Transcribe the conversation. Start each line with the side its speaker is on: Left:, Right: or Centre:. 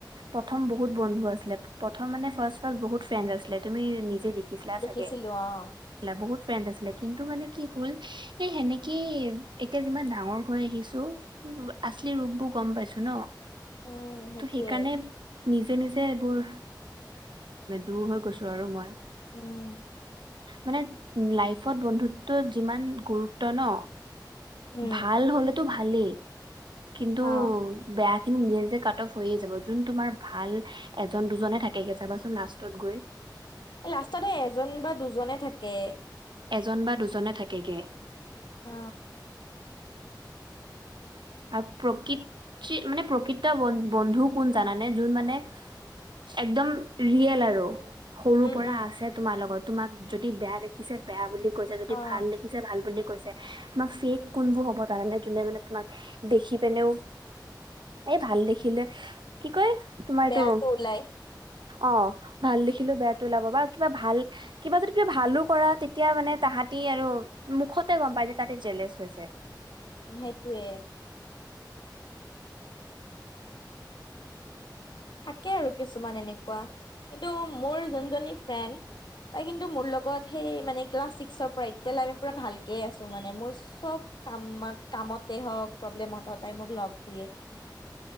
Right: প্ৰথম বহুত বন্ধু আছিলে প্ৰথম মানে ফাৰ্ষ ফাৰ্ষ বহুত ফ্ৰেণ্ড আছিলে তুমি নিজে দেখি দেখিছিল
Left: দেখিছিলো
Right: চাগো
Left: অ
Right: বহুত ফ্ৰেণ্ড আছিলে কিন্তু মানে কি হ'ল সেই সেনেকেই এতিয়া যিমান ডাঙৰ হৈ আহিছো আছলি ৰূপবোৰ গম পাইছো ন।
Left: উম সেইটোৱে
Right: তে সেইকাৰণে নিজে নিজে এইবোৰ, দূৰ হৈ গৈছো আৰু মই।
Left: উম।
Right: মানে লাইফত বন্ধুত্ব যিমান গুৰুত্ব ন
Left: উম
Right: ভাল হ'লেতো ভাল আলি। কিন্তু
Left: অ
Right: বেয়া নিজে নিজে কাট অফ হৈয়ে যাব, জোন তোমাৰ ভাল এজন দুজনহে থাকেগৈ চাবাচোন লাষ্টত গৈ।
Left: লাষ্টত সেই এজন বা দুজনে থাক কে
Right: এজন বা দুজনে থাকে গে।
Left: অ। এই
Right: আৰু প্ৰকৃৃতি মানে প্ৰকৃত বন্ধু কোন জানানে যোন মানে একদম ৰিয়েল আৰু সৰু
Left: উম
Right: পৰা
Left: উম
Right: আছে তোমাৰ লগত তোমাক যদি বেয়া দেখিছে বেয়া বুলি কৈছে যদি
Left: অ
Right: ভাল দেখিছে ভাল বুলি কৈছে। তোমাৰ ফেক কোনবোৰ হ'ব জানানে জোনে মানে তোমাক দেখি পিনেও এই ভাল দেখিলে কি কয় তোমাৰ
Left: বেয়াটো
Right: এইটো
Left: ওলাই।
Right: অ ভাল দেখিলেও বেয়াটো ওলাব বা কিবা ভাল কিবা যদি কৈ ভালো কৰা তেতিয়া মানে তাহতি আৰু মুখতে গম পাই যে তাহতে জেলেচ হৈছে।
Left: সেটোৱে থাকে আৰু কিছুমান এনেকুৱা কিন্তু মোৰ যোনজনী ফ্ৰেণ্ড তাই কিন্তু মোৰ লগত সেই মানে ক্লাছ ছিক্সৰ পৰা এতিয়ালৈ আমি পোৰা ভালকে আছো মানে মোৰ চব কামত কামতে হওক প্ৰব্লেমত সদায় মোক লগ দিয়ে।